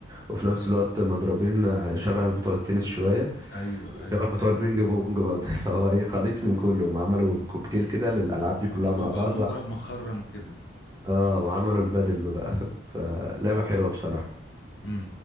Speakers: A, on the right (about 20°); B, on the left (about 60°).
A: وفي نفس الوقت مضربين آه، شبه بتوع التنس شويه
B: أيوه
A: وشبه
B: أيوه
A: بتوع البينج بونج برضه <laughs> فهو ايه خليط من كلهم عملوا كوكتيل كده للالعاب دي كلها
B: وبيبقى
A: مع بعض
B: المضرب مخرم كده
A: اه وعملوا البادل بقى <laughs> فلعبة حلوة بصراحة
B: امم